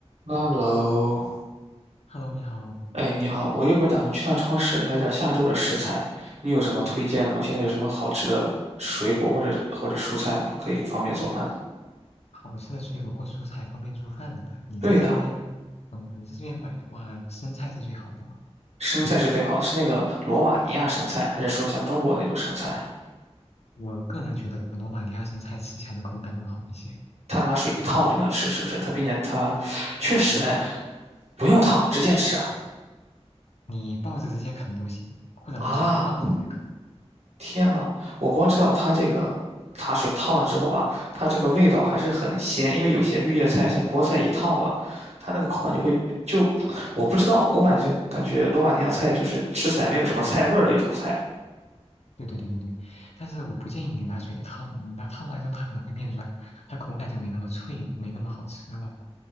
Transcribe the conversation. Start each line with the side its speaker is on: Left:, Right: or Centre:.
Right: Hello，
Left: Hello，你好，
Right: 哎，你好，我一会儿打算去趟超市买点儿下周的食材，你有什么推荐的吗？现在有什么好吃的水果或者或者蔬菜吗？可以方便做饭的。
Left: 好吃的水果或蔬菜方便做饭的。你在这边，
Right: 对的，
Left: 嗯，你在这边买的话，生菜是最好的嘛？
Right: 生菜是最好的，是那个罗马尼亚生菜，还是说像中国那种生菜？
Left: 我个人觉得罗马尼亚生菜吃起来的口感更好一些，
Right: 它拿水一烫就能吃，是不是？它并且它确实，
Left: 你不用烫，
Right: 哎，不用烫，直接吃啊。
Left: 你抱着直接啃都行，或者拿水泡一下再啃。
Right: 啊，天呐，我光知道它这个茶水烫了之后吧，
Left: 嗯
Right: 它这个味道还是很鲜，
Left: 嗯，
Right: 因为有些绿叶菜，像菠菜一烫吧，它那个口感就会就，
Left: 嗯
Right: 我不知道，我反正感觉罗马尼亚菜就是吃起来没有什么菜味儿的一种菜，
Left: 对对对对对，但是我不建议你拿水烫，你拿烫完之后它可能会变软，它口感就没那么脆，没那么好吃了。